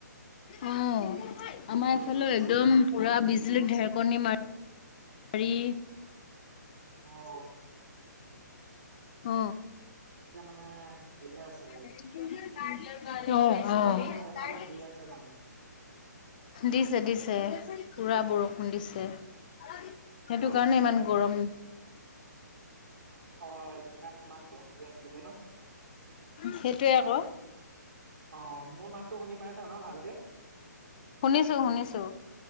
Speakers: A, on the left; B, on the right.
A: অ'আমাৰ
B: বহুত জোৰকৈ
A: এইফালেও
B: দিছে
A: একদম পুৰা বিজলী ঢেৰকণী মা <inaudible> ৰি
B: অ',
A: অ',
B: এতিয়া মানে দিয়ে আছে। আৰু
A: <unintelligible> অ'
B: তোমালোকৰ সেইফালে
A: অ'।
B: দি আছে মানে
A: দিছে, দিছে পুৰা বৰষুণ দিছে। এইটো
B: অ
A: কাৰণে ইমান গৰম
B: হয়, সেইকাৰণে ইমান গৰম দি আছিলে গে ন'?
A: সেইটোৱে আকৌ।
B: অ'মোৰ মাতটো শুনি পাইছা ন' ভালকে?
A: শুনিছো, শুনিছো।